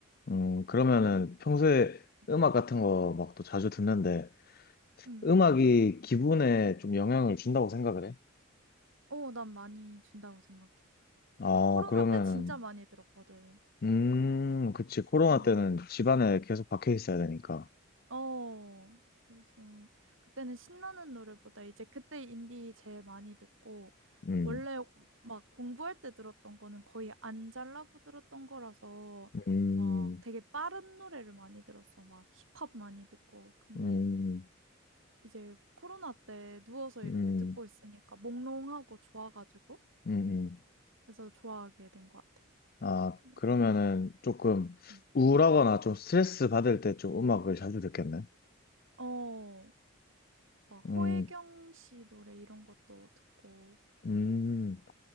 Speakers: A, on the left; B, on the right.
A: 음, 그러면은 평소에
B: 응.
A: 음악 같은 거 막 또 자주 듣는데,
B: 응.
A: 음악이 기분에 좀 영향을 준다고 생각을 해?
B: 어, 난 많이 준다고 생각해.
A: 아,
B: 나 코로나
A: 그러면은
B: 때 진짜 많이 들었거든.
A: 음, 그치. 코로나
B: 음.
A: 때는 집안에 계속 박혀 있어야 되니까.
B: 어, 그래서 그때는 신나는 노래보다 이제 그때 인디 제일 많이 듣고
A: 음,
B: 원래 막 공부할 때 들었던 거는 거의 안 잘라고 들었던 거라서
A: 음,
B: 막 되게 빠른 노래를 많이 들었어. 막 힙합 많이 듣고. 근데
A: 음,
B: 이제 코로나 때 누워서 이렇게
A: 음,
B: 듣고 있으니까 몽롱하고 좋아가지고
A: 음, 음.
B: 그래서 좋아하게 된 것 같아.
A: 아,
B: 음.
A: 그러면은 조금
B: 음.
A: 우울하거나 좀 스트레스 받을 때 좀 음악을 자주 듣겠네.
B: 어, 막
A: 음,
B: 허혜경 씨 노래 이런 것도 듣고
A: 음,